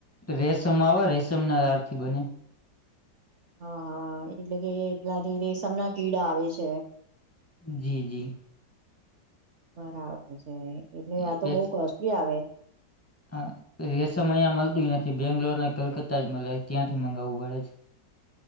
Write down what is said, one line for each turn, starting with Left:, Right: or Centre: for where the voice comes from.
Left: રેશમ આવે રેશમના તારથી બને.
Right: હા, હા, એટલે કે પેલા જે રેશમના કીડા આવે છે.
Left: જી, જી,
Right: બરાબર છે, એટલે આ
Left: એ
Right: તો
Left: પેસ
Right: બઉ કોસ્ટલી આવે.
Left: હા, રેશમ અઈયા મલતું ઈ નથી, બેંગ્લોર ને કલકત્તા જ મલે ત્યાંથી મંગાવવું પડે છે.